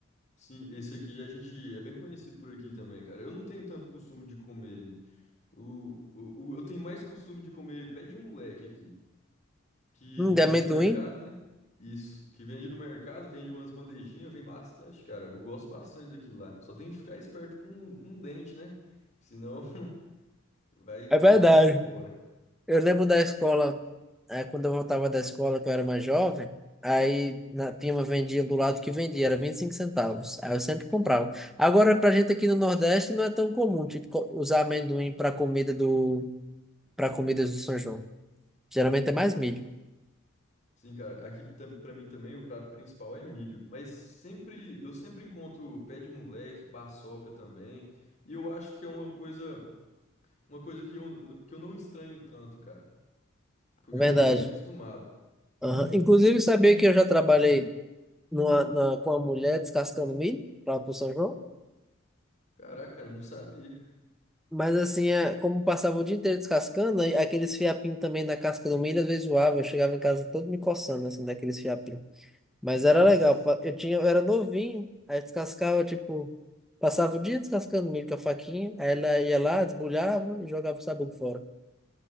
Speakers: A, on the left; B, in the centre.
A: sim, esse aqui a gente é bem conhecido por aqui também, cara. Eu não tenho tanto costume de comer. O, o, o- eu tenho mais costume de comer pé de moleque aqui. que
B: Hum,
A: vende
B: de amendoim.
A: no mercado, né? Isso, que vende no mercado, vende umas bandejinhas, vem bastante, cara. Eu gosto bastante daquilo lá. Só tem que ficar esperto com, com o dente, né? Senão <laughs> vai,
B: É verdade.
A: vai, vai embora.
B: Eu lembro da escola, eh, quando eu voltava da escola, que eu era mais jovem, aí na, tinha uma vendinha do lado que vendia, era 25 centavos. Aí eu sempre comprava. Agora, pra gente aqui no Nordeste, não é tão comum, tipo, co- usar amendoim para comida do, para comidas do São João. Geralmente é mais milho.
A: Sim, cara, aqui tam- pra mim também o prato principal é milho, mas sempre eu sempre encontro pé de moleque, paçoca também, e eu acho que é uma coisa, uma coisa que eu, n- que eu não estranho tanto, cara, porque
B: É verdade.
A: eu já tô bem acostumado.
B: Aham. Inclusive, sabia que eu já trabalhei numa, na, com uma mulher descascando milho para o São João?
A: Caraca, cara, eu não sabia.
B: Mas assim, é, como passava o dia inteiro descascando, aí aqueles fiapinhos também da casca do milho, às vezes zoava. Eu chegava em casa todo me coçando, assim, daqueles fiapinhos. Mas era legal.
A: Nossa.
B: pa- Eu tinha, eu era novinho, aí descascava, tipo, passava o dia descascando milho com a faquinha, aí ela ia lá, desbulhava e jogava o sabugo fora.